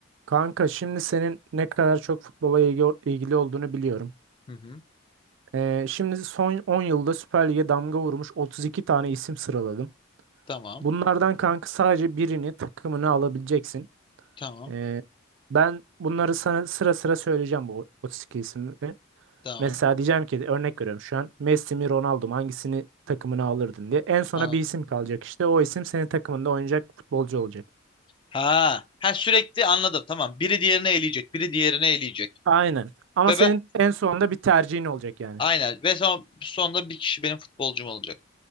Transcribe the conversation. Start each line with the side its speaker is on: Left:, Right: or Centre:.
Right: Kanka şimdi senin ne kadar çok futbola ilgi- ilgili olduğunu biliyorum.
Left: Hı hı.
Right: Ee, şimdi son 10 yılda Süper Lig'e damga vurmuş 32 tane isim sıraladım.
Left: Tamam.
Right: Bunlardan kanka sadece birini takımını alabileceksin.
Left: Tamam.
Right: Ee, ben bunları sana sıra sıra söyleyeceğim bu 32 ismi.
Left: Tamam.
Right: Mesela diyeceğim ki örnek veriyorum şu an Messi mi Ronaldo mu hangisini takımına alırdın diye. En sona
Left: Anladım.
Right: bir isim kalacak işte o isim senin takımında oynayacak futbolcu olacak.
Left: Ha, ha sürekli anladım. Tamam. Biri diğerini eleyecek. Biri diğerini eleyecek.
Right: Aynen ama
Left: Ve
Right: senin
Left: ben
Right: en sonunda bir tercihin olacak yani.
Left: aynen. Ve son, sonunda bir kişi benim futbolcum olacak.